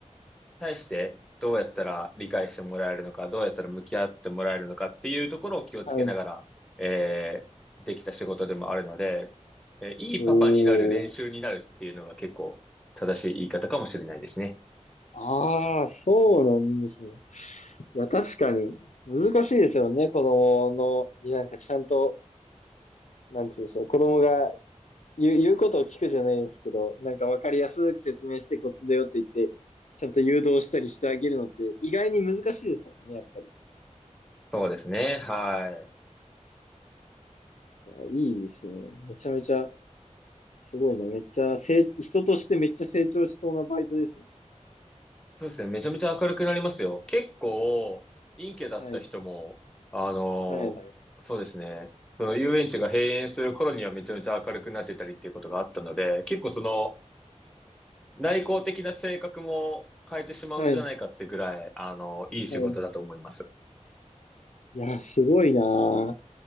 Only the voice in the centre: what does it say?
対してどうやったら理解してもらえるのか、どうやったら向き合ってもらえるのかっていうところを気をつけながら、
えー、できた仕事でもあるので、えーいいパパになる練習になるっていうのが結構正しい言い方かもしれないですね。
そうですね。はい。
そうですね。めちゃめちゃ明るくなりますよ。結構、陰キャだった人も、
あのーそうですね。
その遊園地が閉園する頃にはめちゃめちゃ明るくなってたりっていうことがあったので、結構その、内向的な性格も変えてしまうんじゃないかってぐらい、
あの、いい仕事だと思います。